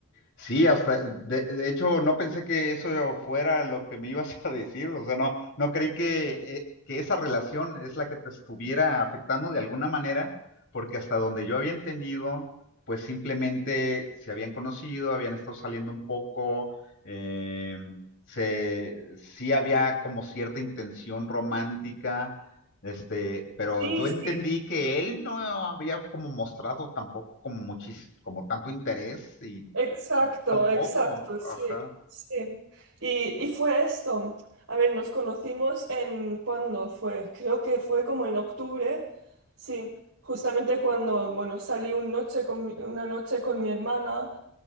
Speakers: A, on the left (about 55°); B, on the right (about 70°).
A: sí, hasta, de, de hecho, no pensé que eso fuera lo que me ibas a <laughs> decir, o sea, no, no creí que, eh, que esa relación es la que te estuviera afectando de alguna manera, porque hasta donde yo había entendido, pues simplemente se habían conocido, habían estado saliendo un poco, eh, se, sí había como cierta intención romántica, este, pero
B: Sí,
A: yo entendí
B: sí,
A: que él no había como mostrado tampoco como muchis, como tanto interés y
B: Exacto,
A: tú tampoco,
B: exacto, sí,
A: ajá.
B: sí. Y, y fue esto. A ver, nos conocimos en, ¿cuándo fue? Creo que fue como en octubre, sí, justamente cuando, bueno, salí un noche con mi- una noche con mi hermana